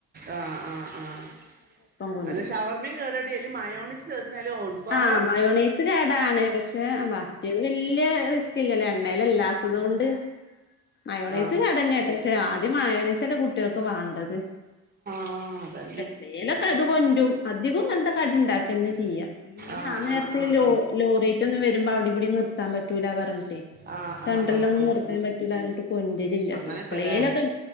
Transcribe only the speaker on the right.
ആഹ് ആഹ് ആഹ്
അല്ല ഷവർമ്മയും കേടാടി അയല് മഴോണോയ്‌സ് ചേർക്കും ഒടുവാ
ആഹ്
ആ അതെ
ആഹ്
ആഹ് ആഹ് ആഹ്
ആഹ് ആഹ്
ആഹ് ആഹ്
ആഹ്
അങ്ങനെയൊക്കെല്ലേ